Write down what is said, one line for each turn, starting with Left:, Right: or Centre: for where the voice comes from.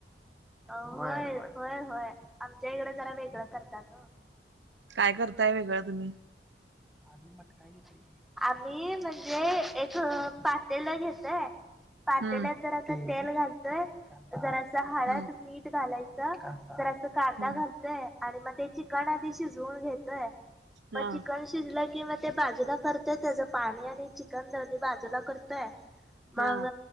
Centre: अ होय होय होय आमच्या इकडं जरा वेगळं करत्यात ओ.
Right: काय करताय वेगळं तुम्ही.
Centre: आम्ही मटका घेत आम्ही म्हणजे, एक पातेल घेतोय. पातेल्यात
Right: हम्म
Centre: जरास तेल घालतोय, जरासं हळद
Right: हम्म
Centre: मीठ घालायचं जरास. कांदा
Right: हम्म
Centre: घालतोय आणि मग ते चिकन आधी शिजवून घेतोय मग
Right: हा
Centre: चिकन शि शिजलं कि म ते बाजूला करतय त्याचं पाणी आणि चिकन दली बाजूला करतोय.
Right: हा
Centre: मंग,